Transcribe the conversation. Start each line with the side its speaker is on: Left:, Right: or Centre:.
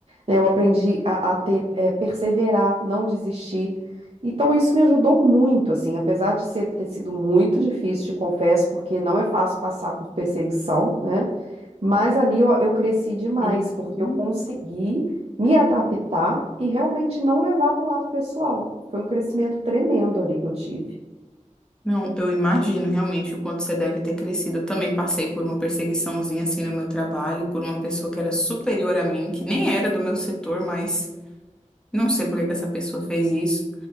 Right: né, eu aprendi a, a ter, eh, perseverar, não desistir. Então, isso me ajudou muito, assim, apesar de ser, ter sido muito difícil, te confesso, porque não é fácil passar por perseguição, né? Mas ali eu, eu cresci demais,
Centre: uhum.
Right: porque eu consegui me adaptar e realmente não levar para o lado pessoal. Foi um crescimento tremendo ali que eu tive,
Centre: Não, eu imagino realmente o quanto você deve ter crescido. Eu também passei por uma perseguiçãozinha assim no meu trabalho, por uma pessoa que era superior a mim, que nem era do meu setor, mas Não sei por que que essa pessoa fez isso.